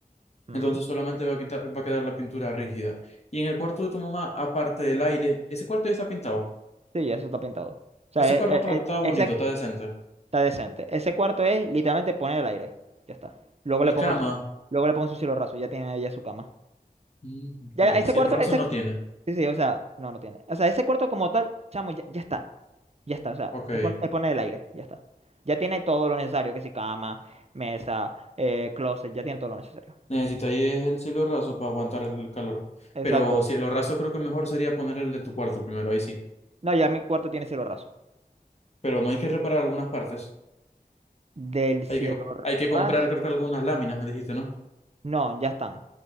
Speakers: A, on the right; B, on the left.
A: Mm.
B: Entonces solamente va a quitar, va a quedar la pintura rígida. Y en el cuarto de tu mamá, aparte del aire, ese cuarto ya está pintado.
A: Sí, ya eso está pintado. O sea,
B: Ese
A: e-
B: cuarto está,
A: e- e-
B: está bonito,
A: ese
B: está decente.
A: está decente. Ese cuarto es literalmente poner el aire. Ya está. Luego le
B: Y
A: pongo
B: cama,
A: el, su- luego le pongo su cielo raso, ya tiene ella su cama.
B: mm, ok,
A: Ya, ese
B: si
A: cuarto,
B: el raso
A: ese.
B: no tiene,
A: Sí, sí, o sea, no, no tiene. O sea, ese cuarto como tal, chamo, ya, ya está. Ya está, o sea,
B: ok.
A: es, pon- es poner el aire, ya está. Ya tiene todo lo necesario, que si cama, mesa, eh, closet, ya tiene todo lo necesario.
B: Necesitáis el cielo raso para aguantar el calor.
A: Exacto.
B: Pero cielo raso creo que mejor sería poner el de tu cuarto primero, ahí sí.
A: No, ya mi cuarto tiene cielo raso.
B: Pero no hay que reparar algunas partes.
A: Del cielo
B: Hay que, hay que
A: raso.
B: comprar creo que algunas láminas, me dijiste, ¿no?
A: No, ya están.